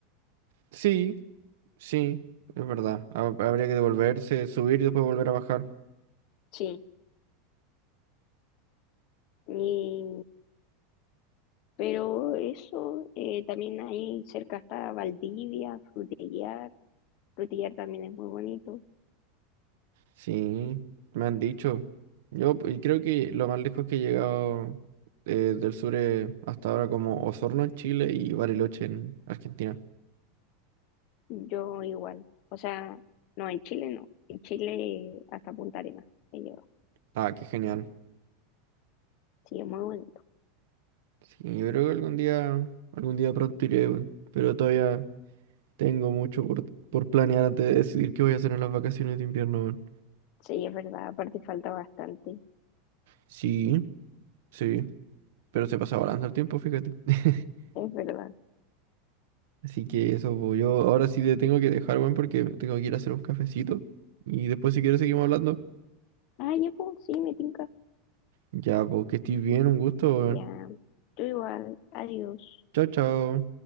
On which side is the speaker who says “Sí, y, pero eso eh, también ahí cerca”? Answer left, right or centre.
Left